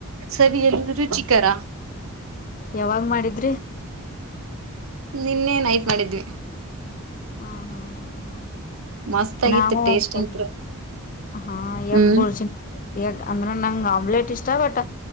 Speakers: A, on the right (about 65°); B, on the left (about 40°).
A: ಸವಿ ರುಚಿಕರ
B: ಯಾವಾಗ ಮಾಡಿದ್ರಿ
A: ನಿನ್ನೆ ನೈಟ್ ಮಾಡಿದ್ವಿ.
B: ಹಾ ಹಾ ಹಾ
A: ಮಸ್ತ್
B: ಹಾ
A: ಆಗಿತ್ತು
B: ನಾವು
A: ಟೇಸ್ಟ್
B: ಹೋಗ್
A: ಅಂತ್ರು
B: ಹಾ ಯಗ್
A: ಹ್ಮ್
B: ಬುರ್ಜಿ ಯಗ್ ಅಂದ್ರ ನಂಗ್ ಆಮ್ಲೆಟ್ ಇಷ್ಟ ಬಟ್